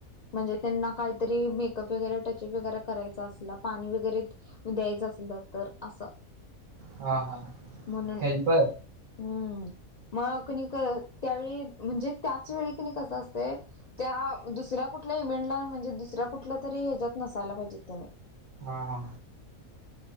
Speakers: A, on the left; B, on the right.
A: म्हणजे त्यांना काहीतरी मेकअप वगैरे टचअप वगैरे करायचं अस पाणी वगैरे द्यायचं असल तर असं
B: हा हा
A: म्हणून
B: हेल्पर
A: हम्म. मला कणी म्हणजे त्याच वेळी कणी कस असतंय. त्या दुसऱ्या कुठल्या इव्हेंटला म्हणजे दुसऱ्या कुठल्या तरी ह्याच्यात नसायला पाहिजेत त्यांनी
B: हा. हा.